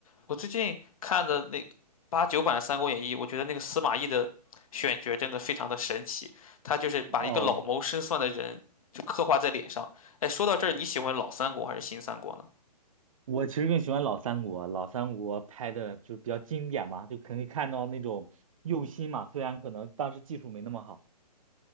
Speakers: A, on the left (about 55°); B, on the right (about 55°).
A: 我最近看的那八九版的《三国演义》，我觉得那个司马懿的选角真的非常的神奇，他就是把一个老谋深算的人就刻画在脸上。
B: 哦，
A: 哎，说到这儿，你喜欢老三国还是新三国呢？
B: 我其实更喜欢老三国，老三国拍的就是比较经典嘛，就可以看到那种用心嘛，虽然可能当时技术没那么好。